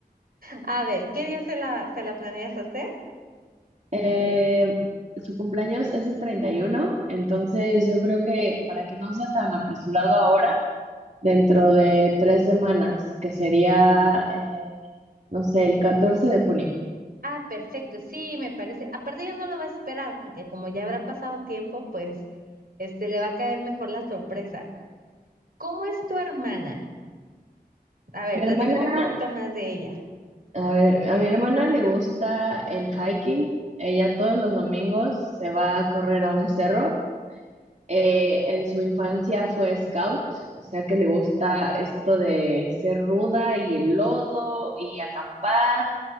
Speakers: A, on the right (about 65°); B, on the right (about 45°).
A: A ver, ¿qué día se la, se la planeas hacer?
B: Eh, su cumpleaños es el 31, entonces yo creo que para que no sea tan apresurado ahora, dentro de tres semanas, que sería, eh, no sé, el 14 de junio.
A: Ah, perfecto. Sí, me parece. Aparte ya no lo va a esperar porque como ya habrá pasado tiempo, pues este le va a caer mejor la sorpresa. ¿Cómo es tu hermana? A ver,
B: Mi
A: platícame
B: hermana,
A: un poquito más de ella.
B: a ver, a mi hermana le gusta el hiking. Ella todos los domingos se va a correr a un cerro. Eh, en su infancia fue scout, o sea que le gusta esto de ser ruda y el lodo y acampar